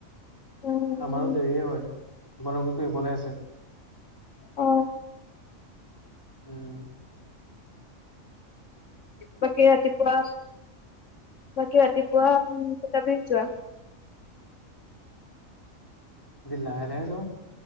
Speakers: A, on the left (about 65°); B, on the left (about 15°).
A: উম
B: আমাৰো দেৰিয়ে হয় তোমালোক একো বনাই আছে।
A: অ,
B: উম
A: বাকি ৰাতিপুৱা, বাকি ৰাতিপুৱা কেইটা বজাত যোৱা।
B: লাহে লাহে যাওঁ